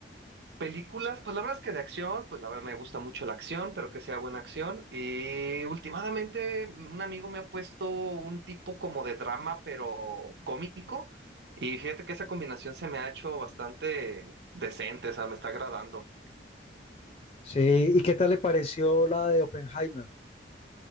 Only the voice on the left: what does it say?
Sí, ¿y qué tal le pareció la de Oppenheimer?